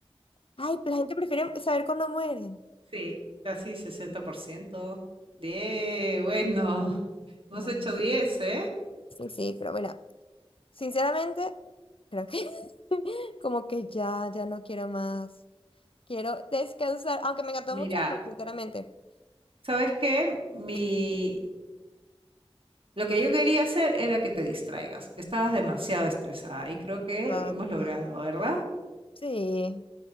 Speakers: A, on the left; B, on the right.
A: Ay, la gente prefiere saber cuándo mueren.
B: Sí, casi 60%. Bien, bueno, <laughs> hemos
A: Vale.
B: hecho 10, ¿eh?
A: Sí, sí, pero bueno, Sinceramente, creo que <laughs> como que ya, ya no quiero más. Quiero descansar, aunque me encantó
B: Mira,
A: mucho el juego, sinceramente.
B: ¿sabes qué? Mi...
A: Sí,
B: Lo que yo quería hacer era que te distraigas. Estabas demasiado estresada y creo que
A: Total.
B: lo hemos logrado, ¿verdad?
A: Sí.